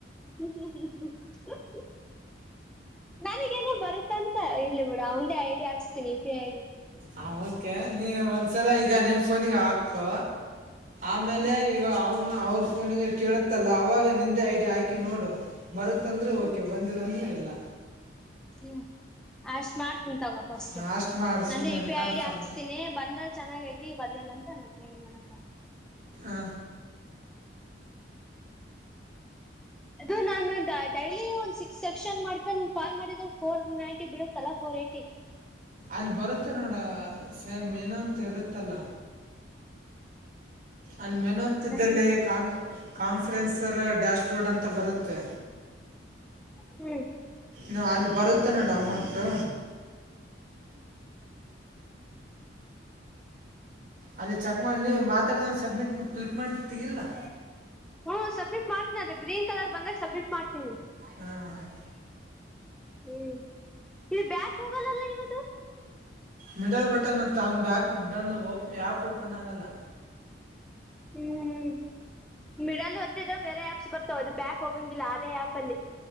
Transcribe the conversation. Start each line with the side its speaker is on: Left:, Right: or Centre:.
Centre: ಹ್ಮ ಹ್ಮ್ ಹ್ಮ ಹ್ಮ ನನಗೇನೋ ಬರುತ್ತ ಅಂತ ಇಲ್ಲಿ ಬಿಡು ಅವೇ ಐಡಿ ಹಾಕ್ತೀನಿ ಇ ಪ್ರಿ ಐಡಿ
Right: ಹ ಓಕೆ ನೀ ಒಂದ್ಸಲ ಈಗ ನಿಮ ಫೋನಿಗೆ ಹಾಕು ಆಮೇಲೆ
Centre: ಹ್ಮ್
Right: ಇವಾಗ ಅವನು ಅವ್ರ ಫೋನಿಗೆ ಕೇಳತ್ತಲ್ಲ ಅವಾಗ ನಿಂದೆ ಐಡಿಯಾ ಹಾಕಿ ನೋಡು ಬರುತ್ತಂದ್ರೆ ಓಕೆ
Centre: ಹ್ಮ್
Right: ಬಂದಿಲ್ಲ ಅಂದ್ರೆ ಇಲ್ಲ
Centre: ಹ್ಮ್ ಅಷ್ಟ್ಮಾರ ತಗ ಫಸ್ಟ್
Right: ಹಾಂ ಅಷ್ಟು ಮಾಡು ಸುಮ್ಮನೆ
Centre: ಅಂದೆ U P
Right: confirm
Centre: I I D ಹಾಕ್ಸ್ತೀನಿ ಬಂದ್ರ ಚೆನ್ನಾಗ ಐತಿ ಬರ್ಲಿಲ್ಲ ನಂಗೆನ್ಮಡಕ್ ಆಗುತ್ತೆ
Right: ಹ
Centre: ಇದು ನಾನು ಡೈಲಿ ಒಂದ್ ಸಿಕ್ಸ್ ಸೆಕ್ಷನ್ ಮಾಡ್ಕೊಂಡ್ ಕಾಲ್ ಮಾಡಿದ ಫೋರ್ ನೈಂಟಿ ಬಿಡಲ ಪ್ರೀತಿ
Right: ಅಲ್ಲಿ ಬರುತ್ತೆ ನೋಡ ಸೇಮ್ ಏನೋಂತ ಇರುತ್ತಲ್ಲ ಅಲ್ಲಿ ಮೆನಂತಲ್ಲಿ
Centre: ಹ್ಮ್
Right: ಕಾ ಕಾನ್ಫರೆನ್ಸರ್ ಡ್ಯಾಶ್ ಕಡ್ ಅಂತ ಬರುತ್ತೆ
Centre: ಹ್ಮ್
Right: ನಾ ಅಲ್ಲಿ ಬರುತ್ತೆ ನೋಡು ಅಮೌಂಟು ಅಲ್ಲಿ ಚೆಕ್ ಮಾಡ ನೀ ಮಾತಾಡಿದಂಗ ಸಬ್ಮಿಟ್ ಕ್ಲಿಕ್ ಮಾಡ್ತಿಗಿಲ್ಲಾ
Centre: ಹ್ಮ ಸಬ್ಮಿಟ್ ಮಾಡ್ತೀನಿ ಅದ ಗ್ರೀನ್ ಕಲರ್ ಬಂದಾಗ ಸಬ್ಮಿಟ್ ಮಾಡ್ತೀನಿ
Right: ಹಾಂ
Centre: ಹ್ಮ್ ಇದು ಬ್ಯಾಕ್ ಹೋಗಲ್ಲಲ್ಲ ಇವದು
Right: ಮಿಡಲ್ ಬಟನ್ ಹೊತ್ತ ಹಂಗ್ ಬ್ಯಾಕ್ ಬಂದು ಆಪ್ ಓಪನ್ ಆಗಲ್ಲ
Centre: ಹ್ಮ್್ಮ ಮಿಡಲ್ ಹೊತ್ತಿದ್ರೆ ಬೇರೆ ಆ್ಯಪ್ಸ್ ಬರ್ತಾವ ಅದು ಬ್ಯಾಕ್ ಹೋಗಂಗಿಲ್ಲ ಅದೇ ಆ್ಯಪ್ ಅಲ್ಲಿ